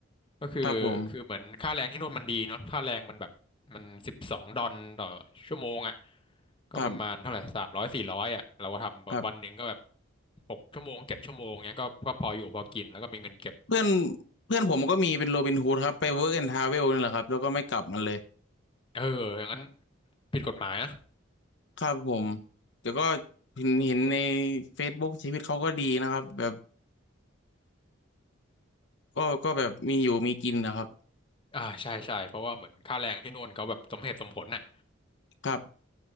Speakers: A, on the left; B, on the left.
A: ก็คือคือเหมือนค่าแรงที่โนู่นมันดีเนาะค่าแรงมันแบบมันสิบสองดอลต่อชั่วโมงอ่ะ
B: ครับผม
A: ก็ประมาณเท่าไหร่สามร้อยสี่ร้อยอ่ะเราก็ทำวันหนึ่งก็แบบ
B: ครับครับ
A: หกชั่วโมงเจ็ดชั่วโมงเงี้ยก็ก็พออยู่พอกินแล้วก็มีเงินเก็บ
B: เพื่อนเพื่อนผมก็มีเป็นโรบินฮูดครับไปเวิร์กแอนด์ทราเวลนี่แหละครับแล้วก็ไม่กลับมาเลย
A: เอออย่างนั้นผิดกฎหมายนะ
B: ครับผมแต่ก็เห็นเห็นใน Facebook ชีวิตเขาก็ดีนะครับแบบก็ก็แบบมีอยู่มีกินนะครับ
A: อ่าใช่ใช่เพราะว่าเหมือนค่าแรงที่โน่นเขาแบบสมเหตุสมผลน่ะ
B: ครับ